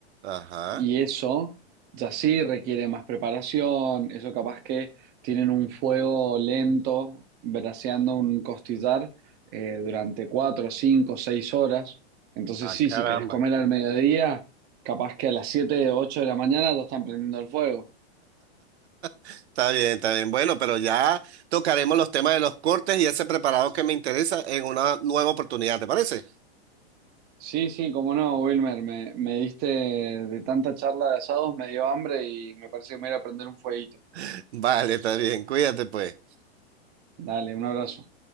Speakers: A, on the right (about 75°); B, on the right (about 30°).
A: Ajá.
B: Y eso ya sí requiere más preparación, eso capaz que tienen un fuego lento, braseando un costillar eh, durante cuatro, cinco, seis horas. Entonces
A: Ah,
B: sí,
A: caramba.
B: si querés comer al mediodía, capaz que a las siete, ocho de la mañana ya están prendiendo el fuego.
A: Está bien, está bien. Bueno, pero ya tocaremos los temas de los cortes y ese preparado que me interesa en una nueva oportunidad, ¿te parece?
B: Sí, sí, cómo no, Wilmer, me, me diste de tanta charla de asados, me dio hambre y me parece que me voy a ir a prender un fueguito.
A: <laughs> Vale, está bien. Cuídate, pues.
B: Dale, un abrazo.